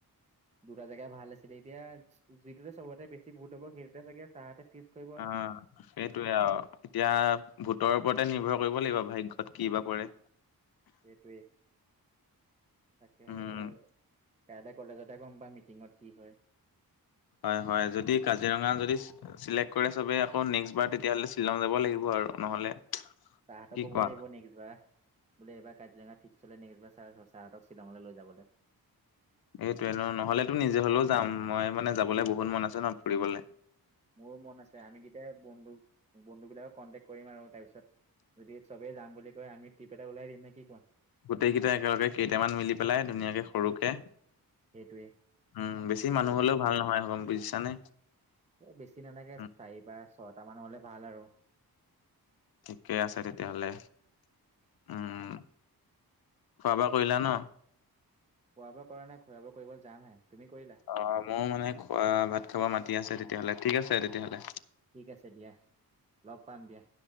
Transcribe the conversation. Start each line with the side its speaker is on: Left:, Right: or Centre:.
Right: দুটা জেগা ভাল আছিলে এতিয়া যিটোতে চবতে বেছি ভূত হ'ব সেইটোতে চাগে চাৰহতে- ফিক্স কৰিব
Left: অঁ সেইটোৱে আৰু। এতিয়া ভূতৰ ওপৰতে নিৰ্ভৰ কৰিব লাগিব ভাগ্যত কিবা পৰে।
Right: সেইটোৱেই। তাকে'হে
Left: উম।
Right: এতিয়া কাইলে কলেজতে গম পাম মিটিঙত কি হয়।
Left: হয় হয়। যদি কাজিৰঙা যদি- চিলেক্ট কৰে চবেই আকৌ নেক্সবাৰ তেতিয়াহ'লে শ্বিলং যাব লাগিব আৰু নহ'লে।
Right: ছাৰহঁতক
Left: কি
Right: কব
Left: কোৱা
Right: লাগিব নেক্সবাৰ। বোলে এইবাৰ কাজিৰঙা ফিক্স হ'লে নেক্সবাৰ ছাৰহঁতক শ্বিলঙলৈ লৈ যাবলৈ।
Left: সইটোৱে ন নহ'লেতো নিজে হলেও যাম মই মানে যাবলৈ বহুত মন আছে ন ফুৰিবলৈ।
Right: মোৰো মন আছে আমি কেইটাই বন্ধু বন্ধু বিলাকক কন্টেক কৰিম আৰু তাৰপিছত- যদি চবেই যাম বুলি কয় আমি ট্ৰিপ এটা ওলাই দিম নে কি কোৱা।
Left: গোটেই কেইটাই একেলগে কেইটামান মিলি পেলাই ধুনীয়াকে সৰুকে।
Right: সেইটোৱে
Left: উমঁ বেছি মানুহ
Right: গোটেই
Left: হলেও ভাল নহয় বুজিছানে।
Right: এই বেছি নালাগে
Left: উম
Right: চাৰি বা ছয়টা মান হ'লে ভাল আৰু।
Left: ঠিকে আছে তেতিয়া হ'লে। উমঁ খোৱা-বোৱা কৰিলা ন?
Right: খোৱা-বোৱা কৰা নাই খোৱা-বোৱা কৰিবলৈ যাম হে। তুমি কৰিলা?
Left: অ মোৰ মানে খোৱা ভাত খাব মাতি আছে তেতিয়াহ'লে ঠিক আছে তেতিয়াহ'লে।
Right: ঠিক আছে দিয়া, লগ পাম দিয়া।